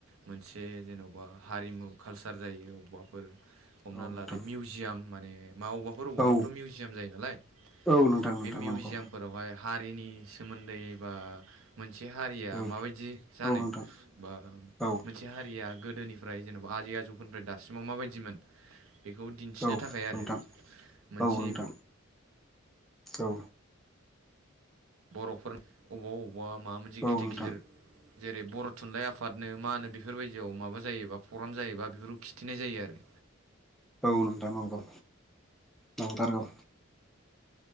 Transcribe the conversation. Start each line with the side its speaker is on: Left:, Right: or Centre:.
Right: मोनसे जेन'बा हारिमु कालसार जायो अब्बाफोर हमनानै
Centre: औ नोंथां
Right: लादो मिउजियाम माने मावबाफोर अबेबाफोरावथ'
Centre: औ
Right: मिउजियाम जायो नालाय
Centre: औ नोंथां नोंथां
Right: बे मिउजियामफोरावहाय
Centre: नंगौ
Right: हारिनि सोमोन्दै बा मोनसे हारिया
Centre: औ
Right: माबायदि जानो
Centre: नोंथां
Right: बा
Centre: औ
Right: मोनसे हारिया गोदोनिफ्राय जेन'बा आजै आजौफोरनिफ्राय दासिमाव माबायदिमोन। बेखौ दिन्थिनो
Centre: औ
Right: थाखाय आरो
Centre: नोंथां
Right: मोनसे
Centre: औ नोंथां औ।
Right: बर'फोर अबावबा अबावबा माबा मोनसे
Centre: औ
Right: गिदिर
Centre: नोंथां
Right: गिदिर जेरै बर' थुनलाइ आफादनो मा होनो बेफोरबायदियाव माबा जायोबा प्रग्राम जायोबा बेफोरखौ खिथिनाय जायो आरो।
Centre: औ नोंथां नंगौ नंथारगौ।